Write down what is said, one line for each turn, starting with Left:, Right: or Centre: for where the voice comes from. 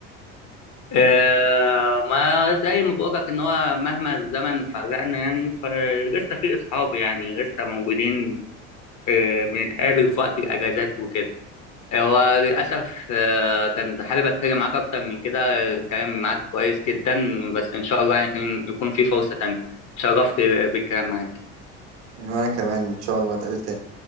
Left: آه، ما زي ما بقولك ان هو مهما الزمن فرقنا يعني فلسه في اصحاب يعني لسه موجودين آه، بنتقابل في وقت الاجازات وكده هو للأسف آه، كنت حابب أتكلم معاك أكتر من كده الكلام معاك كويس جدا بس إن شاء الله يعني يكون يكون في فرصة تانية اتشرفت بالكلام معاك
Right: وأنا كمان إن شاء الله نتقابل تاني